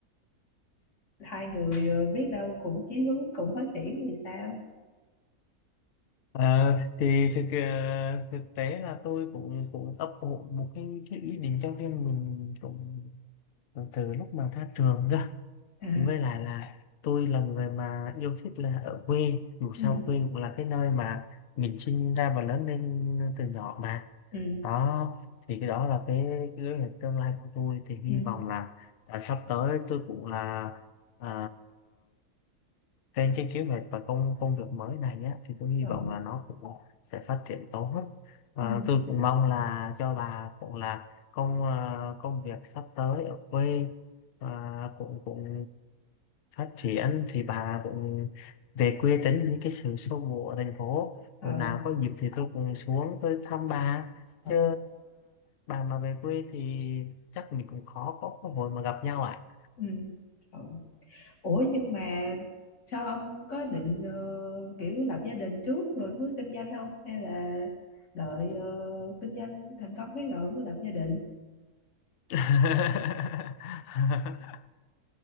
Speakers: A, on the left (about 50°); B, on the left (about 80°).
A: hai người ờ, biết đâu cùng chí hướng cùng phát triển thì sao?
B: Ờ, thì thực ờ, thực tế là tôi cũng cũng ấp ủ một cái, cái ý định cho riêng mình cũng từ lúc mà ra trường cơ
A: À,
B: với lại là tôi là một người mà yêu thích là ở quê dù sao
A: ừ,
B: quê cũng là cái nơi mà mình sinh ra và lớn lên từ nhỏ mà
A: ừ,
B: đó thì cái đó là cái, cái kế hoạch tương lai của tôi thì hy
A: ừ,
B: vọng là à, sắp tới tôi cũng là à, trên cái kế hoạch và công công việc mới này á, thì tôi hy
A: ừ,
B: vọng là nó cũng sẽ phát triển tốt. Ờ,
A: ừ,
B: tôi cũng mong là cho bà cũng là công ờ, công việc sắp tới ở quê ờ, cũng cũng phát triển thì bà cũng về quê tránh đi cái sự xô bồ ở thành phố.
A: ừ,
B: Rồi
A: ừ.
B: nào có dịp thì tôi cũng xuống tôi thăm bà. Chứ
A: ừ.
B: bà mà về quê thì chắc mình cũng khó có cơ hội mà gặp nhau ạ.
A: ừ, ừ. Ủa nhưng mà sao ông có định ờ, kiểu lập gia đình trước rồi mới kinh doanh không? Hay là đợi ờ, kinh doanh thành công cái rồi mới lập gia đình?
B: <laughs>